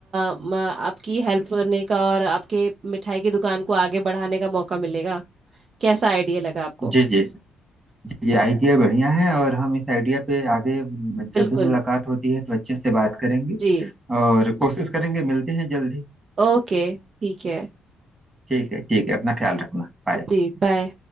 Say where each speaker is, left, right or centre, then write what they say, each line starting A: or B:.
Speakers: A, on the right; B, on the right.
A: म- आपकी हेल्प करने का और आपके मिठाई की दुकान को आगे बढ़ाने का मौका मिलेगा कैसा आइडिया लगा आपको
B: जी जी जी जी आइडिया बढ़िया है और हम इस आइडिया पे आगे म,
A: बिल्कुल
B: जब भी मुलाकात होती है तो अच्छे से बात करेंगे
A: जी
B: और कोशिश करेंगे मिलते हैं जल्दी
A: ओके ठीक है
B: ठीक है ठीक है अपना ख्याल रखना बाय
A: जी बाय